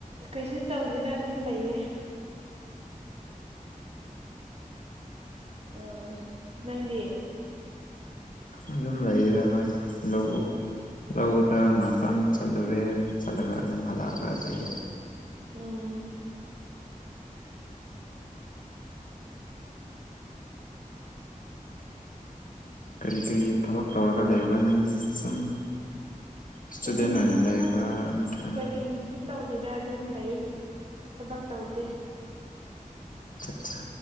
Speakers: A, on the right; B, on the left.
A: ꯀꯩꯁꯨ ꯇꯧꯗꯦꯗ ꯑꯗꯨꯝ ꯂꯩꯌꯦ ꯑꯥ ꯅꯪꯗꯤ
B: ꯑꯗꯨꯝ ꯂꯩꯔꯦ ꯍꯣꯏ ꯑꯗꯨꯕꯨ ꯂꯧꯗ ꯉꯥꯛꯇꯪ ꯆꯠꯂꯨꯔꯦ ꯆꯠꯂꯒ ꯑꯗꯨꯝ ꯍꯜꯂꯛꯑꯒ ꯂꯩꯌꯦ
A: ꯎꯝ
B: ꯀꯔꯤ ꯀꯔꯤ ꯊꯕꯛ ꯇꯧꯔꯒ ꯂꯩꯕ꯭ꯔꯥ ꯅꯪꯗꯤ ꯁꯨꯝ ꯏꯁꯇꯨꯗꯦꯟ
A: ꯌꯨꯝ
B: ꯑꯣꯏꯅ ꯂꯩꯕ꯭ꯔꯥ
A: ꯑꯁ
B: ꯅꯠꯇ꯭ꯔꯅ
A: ꯀꯔꯤꯁꯨ ꯇꯧꯗꯦꯗ ꯑꯗꯨꯝ ꯂꯩ ꯊꯕꯛ ꯇꯧꯗꯦ
B: ꯆꯠꯆꯥ